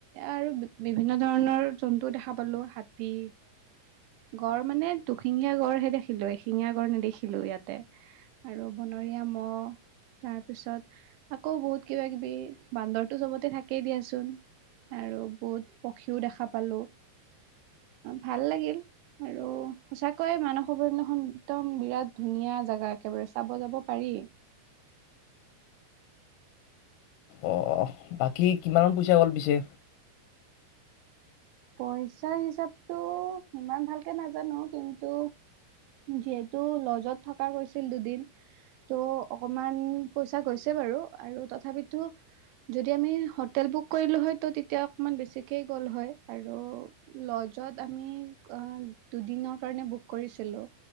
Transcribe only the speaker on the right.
আৰু বিভিন্ন ধৰণৰ জন্তু দেখা পালো হাতী, গড় গড় মানে দুশিঙীয়া গড়হে দেখিলো এশিঙীয়া গড় নেদেখিলো ইয়াতে, আৰু বনৰীয়া মহ তাৰ পিছত আকৌ বহুত কিবা কিবি বান্দৰটো চবতে থাকেই দিয়াচোন আৰু বহুত পক্ষীও দেখা পালো ভাল লাগিল। আৰু সচাক কৈ মানস অভয়াৰণ্য খন একদম বিৰাট ধুনীয়া। জেগাত একেবাৰে চাব যাব পাৰি।
পইচাৰ হিচাপতটো সিমান ভালকে নাজানো, কিন্তু যিহেতু লজত থকা গৈছিল দুদিন ত' অকমান পইচা গৈছে বাৰু আৰু তথাপিতো যদি আমি হোটেল বুক কৰিলোঁ হয় ত তেতিয়া অকমান বেছিকেই গ'ল হয়। আৰু লজত আমি দুদিনৰ কাৰণে বুক কৰিছিলোঁ,